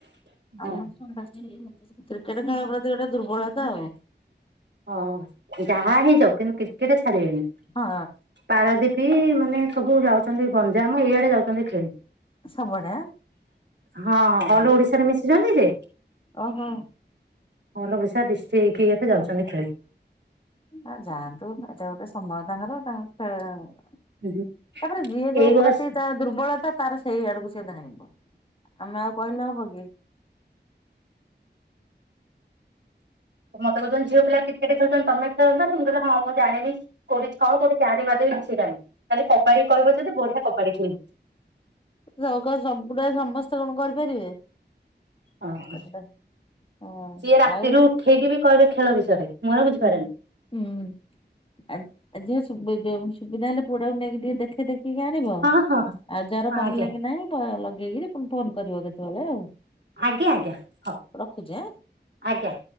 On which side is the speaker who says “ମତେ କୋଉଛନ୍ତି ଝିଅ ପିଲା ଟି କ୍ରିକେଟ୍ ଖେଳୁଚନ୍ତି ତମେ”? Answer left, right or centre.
Right